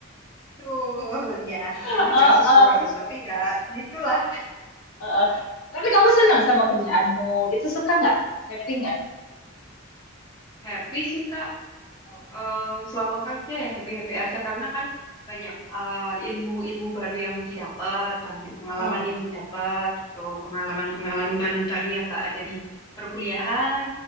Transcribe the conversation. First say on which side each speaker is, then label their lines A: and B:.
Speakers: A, on the left; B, on the left.
A: Tuh ya,
B: Heeh,
A: memang nggak sesuai. Tapi ya gitulah.
B: heeh. Tapi kamu senang sama kerjaanmu gitu suka nggak? Happy nggak?
A: Happy sih Kak.
B: Heeh,
A: eh, selama kerja ya happy-happy aja karena kan banyak eh, ilmu-ilmu baru yang didapat, banyak pengalaman
B: heeh,
A: yang didapat, gitu. Pengalaman-pengalaman
B: heeh,
A: baru yang nggak ada di perkuliahan,